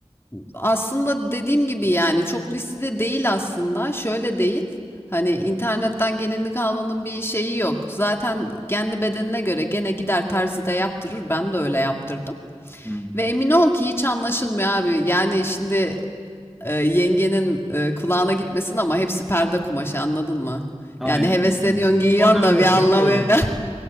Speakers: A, on the left; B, in the centre.
A: aslında dediğim gibi yani çok riskli de değil aslında. Şöyle değil. Hani internetten gelinlik almanın bir şeyi yok. Zaten kendi bedenine göre gene gider terzide yaptırır. Ben de öyle yaptırdım.
B: Hı hı.
A: Ve emin ol ki hiç anlaşılmıyor abi. Yani şimdi e, yengenin e, kulağına gitmesin ama hepsi perde kumaşı anladın mı?
B: Aynen.
A: Yani hevesleniyorsun
B: öyle.
A: giyiyorsun
B: O da
A: da
B: öyle
A: bir anlamıyor.
B: diyor. O da öyle diyor.
A: <laughs>